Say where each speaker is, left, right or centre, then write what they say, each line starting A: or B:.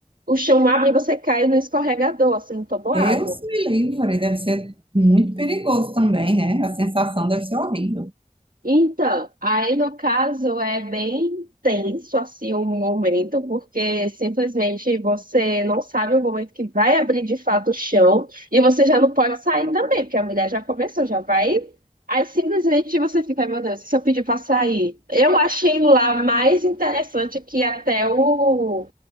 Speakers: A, on the right; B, on the right.
A: O chão abre e você cai no escorregador, assim, no toboágua.
B: Deus me livre, deve ser muito perigoso também, né? A sensação deve ser horrível.
A: Então, aí no caso é bem tenso assim o momento, porque simplesmente você não sabe o momento que vai abrir de fato o chão e você já não pode sair também, porque a mulher já começou, já vai. Aí simplesmente você fica, meu Deus, e se eu pedir para sair? Eu achei lá mais interessante que até o,